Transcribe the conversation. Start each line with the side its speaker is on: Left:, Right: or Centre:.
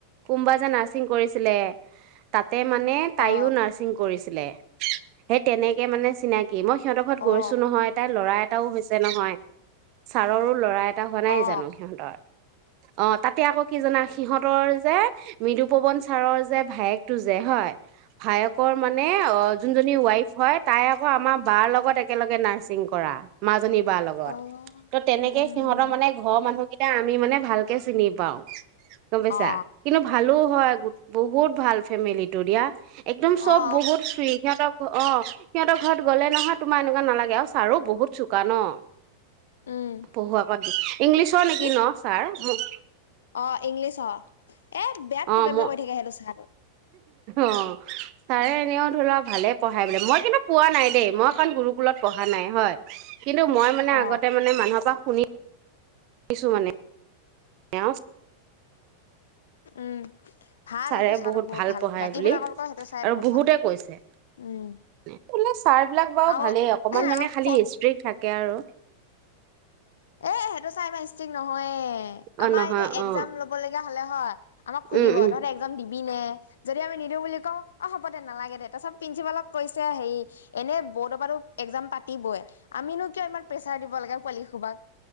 Right: কোনবা যে নাৰছিং কৰিছিলে তাত তাতে মানে তাইয়ো
Left: অ
Right: নাৰ্ছিং কৰিছিল সেই তেনেকে মানে চিনাকি কি মই সিহঁৰ ঘৰত গৈছো
Left: অ
Right: নহয় তাই ল'ৰা এটাও হৈছে নহয় ছাৰৰো লৰাই এটা হোৱা নাই
Left: অ
Right: জানো সিহঁতৰ, অ তাতে আকৌ কি জনা সিহঁতৰ যে মৃদুপৱন ছাৰৰ যে ভায়েকটো যে হয় ভায়েকৰ মানে অ যোন ৱাইফ হয় তাই আকৌ আমাৰ বাৰ লগত একেলগে নাৰ্ছিং কৰা মাজনী কোম বা লগত
Left: অ
Right: ত তেনেকে
Left: উম
Right: সিহঁতৰ মানে ঘৰৰ মানুহ কি এতিয়া আমি মানে ভালকে চিনি পাওঁ গম পাইছা
Left: অ
Right: কিন্তু ভালো হয় বহুত ভাল ফেমিলিটো দিয়া একদম সব
Left: অ
Right: বহুত ফ্ৰী সিহঁতৰ অ সিহঁতৰ ঘৰত গলে নহয় তোমাৰ এনেকুৱা নালাগে আৰু চাৰো বহুত চোকা ন
Left: উম
Right: পঢ়ুৱাবা আক দি ইংলিছৰ নেকি
Left: কি
Right: ন ছাৰ উম!
Left: অ' ইংলিছ অ'। এ! বেয়া
Right: অ
Left: ফটুৱামি
Right: ম
Left: কৰি থাকে। সেইটো <unintelligible>
Right: অ' ছাৰে এনেও ধৰা ভালে পঢ়াই বোলে। মই কিন্তু পোৱা নাই দেই। মই কাৰণ, গুৰুকুলত পঢ়া নাই হয়। কিন্তু, মই মানে,
Left: অ
Right: আগতে মানে মানুহৰ পৰা শুনি দিছো মানে। <unintelligible>
Left: উম। ভাল
Right: ছাৰে
Left: সেইটো চাহটো
Right: বহুত ভাল পঢ়ায়
Left: বাকী
Right: বুলি
Left: বিলাকতকৈ সেইটো চাই
Right: আৰু
Left: বহুত
Right: বহুতে
Left: ভাল
Right: কৈছে,
Left: উম
Right: এনে ছাৰ বিলাক বাৰু
Left: আৰু
Right: ভালেই অকমান মানে,
Left: আৰু
Right: খালি স্ত্ৰিক থাক <unintelligible>
Left: এ! সেইটো চাই মাৰিছে। আজি নহয়। এ,
Right: অ
Left: আমাৰ
Right: নহয়
Left: যে এক্জাম
Right: অ
Left: ল'ব লগীয়া ভালে হয়। আমাক সুধিব
Right: উম উম
Left: তহঁতে এক্জাম দিবি নে? যদি আমি নিদিও বুলি কওঁ অ‌ হ'ব দে। নালাগে দে, তাৰ পিছত প্ৰিন্ঞ্চিপালক কৈছে, হেৰি এনে বৰ্ডৰ পা তো এক্জাম পা পতিবই। আমিনো কিয় ইমান প্ৰেছাৰ দিব লাগে। পোৱালী সুপা